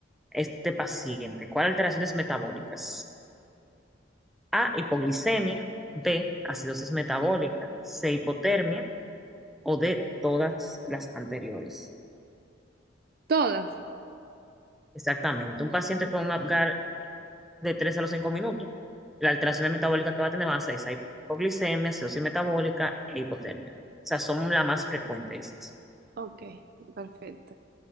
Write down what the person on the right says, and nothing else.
Todas.
Ok, perfecto.